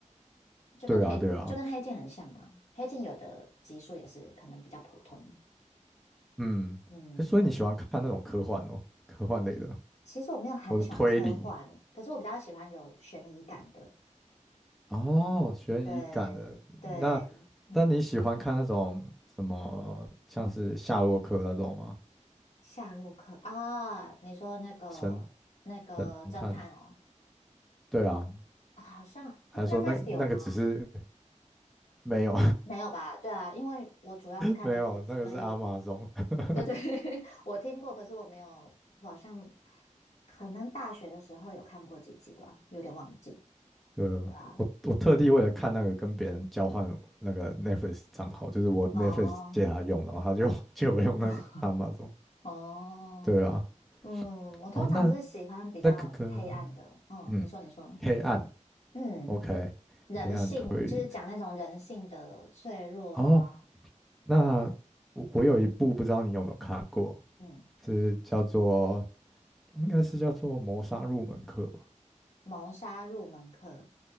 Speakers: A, in the centre; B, on the left.
A: <laughs>
B: 就跟黑就跟黑镜很像嘛。
A: 对啊，对啊，
B: 黑镜有的集数也是可能比较普通。
A: 嗯，
B: 嗯，
A: 诶所以你喜欢看那种科幻哦，科幻类的，
B: 其实我没有很喜欢科幻，
A: 或者推理
B: 可是我比较喜欢有悬疑感的。
A: 哦，悬疑感的。
B: 对对，
A: 那
B: 嗯，
A: 那你喜欢看那种什么，像是夏洛克那种吗？
B: 夏洛克啊，你说那个那个侦探哦，
A: 神神探？对啊，
B: 好像诶
A: 还是说那那个只是
B: Netflix 有吗？
A: <laughs> 没有？
B: 没有吧？对啊，因为我主要是看
A: 没有，
B: Netflix，
A: 那个是阿玛总。
B: 所以
A: <laughs>
B: 对对，<laughs> 我听过，可是我没有，我好像可能大学的时候有看过几集吧，有点忘记，
A: 对，
B: 对啊。
A: 我我特地为了看那个跟别人交换那个 Netflix 账号，就是我 Netflix
B: 哦
A: 借他用，然后他就 <laughs> 借我用那个阿玛总。
B: <laughs> 哦，
A: 对啊，
B: 嗯，我通常是喜欢比较黑暗的，
A: 哦，那那个个，
B: 嗯，
A: 嗯，
B: 你说你说，
A: 黑暗
B: 嗯，
A: ，OK，
B: 人性就是讲那种人性的脆弱啊，
A: 黑暗推理。哦，那我我有一部不知道你有没有看过，
B: 嗯，
A: 是叫做应该是叫做谋杀入门课吧？
B: 谋杀入门课，